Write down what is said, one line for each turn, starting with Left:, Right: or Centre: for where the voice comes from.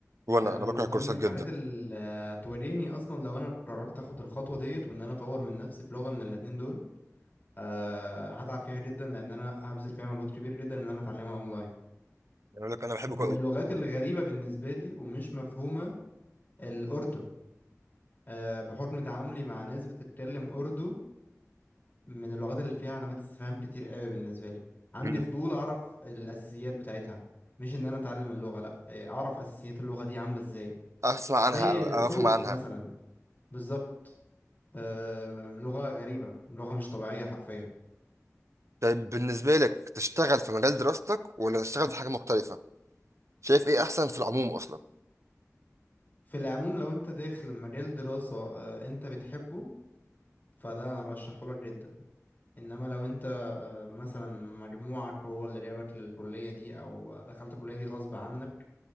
Right: وانا
Left: فانا
Right: انا
Left: من
Right: بكره الكورسات
Left: ضمن الحاجات
Right: جدا
Left: اللي هتواجهني اصلا لو انا قررت اخد الخطوة ديت وان انا اطور من نفسي في لغة من الاتنين دول أه هتعب فيها جدا لان انا هبذل فيها مجهود كبير جدا ان انا اتعلمها اونلاين
Right: يعني اقول لك انا بحب
Left: من
Right: كو-
Left: اللغات الغريبة بالنسبة لي ومش مفهومة الأردن آه، بحكم تعاملي مع ناس بتتكلم أردو من اللغات اللي فيها علامات استفهام كتير قوي بالنسبة لي عندي
Right: مم.
Left: فضول أعرف الأساسيات بتاعتها مش إن أنا أتعلم اللغة لأ آه، أعرف أساسيات اللغة دي عاملة إزاي
Right: اسمع عنها
Left: زي
Right: او
Left: الحروف
Right: افهم عنها
Left: مثلا بالظبط آه، لغة غريبة لغة مش طبيعية حرفيا
Right: طيب بالنسبة لك تشتغل في مجال دراستك ولا تشتغل في حاجة مختلفة؟ شايف ايه احسن في العموم اصلا؟
Left: في العموم لو أنت داخل مجال دراسة آه، أنت بتحبه فده أرشحهولك جدا انما لو انت آه، مثلا مجموعك هو اللي جابك للكلية دي او دخلت الكلية دي غصب عنك